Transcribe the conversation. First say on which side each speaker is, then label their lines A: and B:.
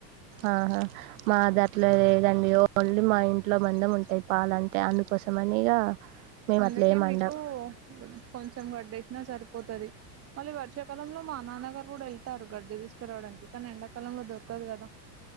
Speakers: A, on the right; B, on the right.
A: ఆహా మాదట్ల లేదండి ఓన్ మళ్ళీ మా ఇంట్లో మందం ఉంటాంది పాలంటే అందుకోసమనే ఇగ మేము
B: అందుకే
A: అట్లా ఏం అండం
B: మీకు కొంచం వడ్డేసినా సరిపోతది మళ్ళీ వర్షాకాలంలో మా నాన్నగారు కూడా ఎల్ తారు గడ్డి తీసుకురావడానికి కానీ ఎండాకాలంలో దొరకదు కదా